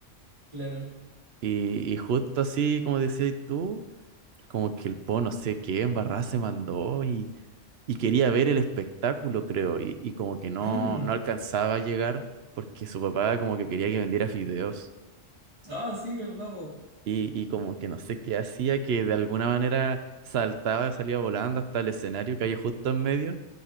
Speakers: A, on the right; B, on the right.
A: Claro.
B: Y, y justo así, como decías tú, como que el Po no sé qué embarrada se mandó y, y quería ver el espectáculo, creo. Y, y como que no,
A: Mm,
B: no alcanzaba a llegar porque su papá como que quería que vendiera fideos.
A: Ah, sí, ¿verdad, po?
B: y, y como que no sé qué hacía, que de alguna manera saltaba, salía volando hasta el escenario que hay justo en medio,